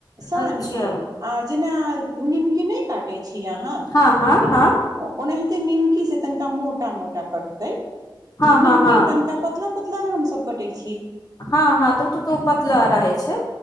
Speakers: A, on the right; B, on the left.
A: सान
B: अच्छा
A: के आज जेना नीमक नहि काटै छी अहाँ
B: हँ हँ हँ
A: ओ ओनाहि निमकी छै तनिका मोटा मोटा कटतै
B: हँ हँ
A: निमकी
B: हँ
A: तनका पतला प हम सब पटै छै
B: हँ हँ तू तऽ तो पतला रहै छै